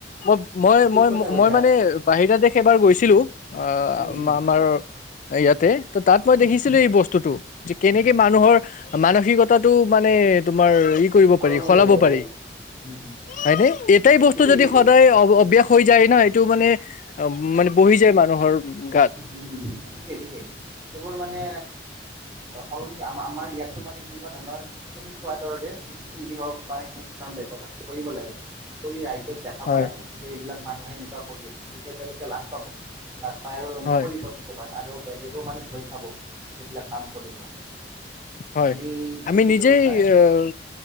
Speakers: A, on the left; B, on the right.
A: মই মই
B: ঠিক
A: মই
B: কথা কৈছা
A: মই মানে বাহিৰ দে সেইবাৰ গৈছিলো আহ
B: উম উম
A: আমাৰ ইয়াতে- ত তাত মই দেখিছিলো এই বস্তুতটো যে কেনেকে মানুহৰ মানসিকতা। টো মানে তোমাৰ ই কৰিব
B: সলনি
A: পাৰি সলাব
B: কৰিব
A: পাৰি।
B: উম উম
A: হয়নে এটাই বস্তু
B: ঠিকেই
A: যদি
B: ঠিকেই
A: সদায় অভ্যাস হৈ যায় নহ এইটো মানে মানে বহি যায় মানুহৰ গাত
B: উম ঠিকেই ঠিকেই এইবোৰ মানে। সলনি আমাৰ ইয়াতো মানে সেনেকুৱা ধৰণৰ তুমি কোৱা দৰৰে চি চি টিভি হওক বা ব্যৱস্থাটো কৰিব লাগে। কৰি আই দেখাব
A: হয়
B: লাগে যে এইবিলাক মানুহে এনেকুৱা কৰি আছে, তেতিয়া তেওঁলোকে লাজ পাব। লাজ পাই আৰু নকৰিব
A: হয়
B: দিতবাৰ আৰু বেলেগও মানে ভয় খাব সেইবিলাক কাম কৰিব।
A: হয়
B: আমি সেইটো
A: আমি নিজেই
B: ব্যৱস্থাই
A: আহ